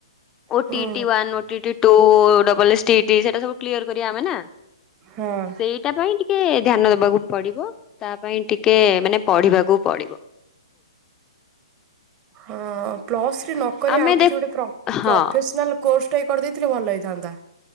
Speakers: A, on the left; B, on the right.
A: ଓ
B: ହୁଁ
A: ଟି E T one, O T E T two, double S T E ଟି ସେଟା ସବୁ କ୍ଲିୟର କରିବା ଆମେ ନା
B: ହଁ
A: ସେଇଟା ପାଇଁ ଟିକେ ଧ୍ୟାନ ଦବାକୁ ପଡିବ ତା ପାଇଁ ଟିକେ ମାନେ ପଢିବାକୁ ପଡ଼ିବ
B: ହଁ ପ୍ଲସ ଥ୍ରି ନକରି
A: ଆମେ
B: ଆଉ କିଛି
A: ଦେ
B: ଗୋଟେ ପ୍ର-ପ୍ରଫେସନାଲ
A: ହଁ
B: କୋର୍ସ ଟାଇ କରିଦେଇଥିଲେ ଭଲ ହେଇଥାନ୍ତା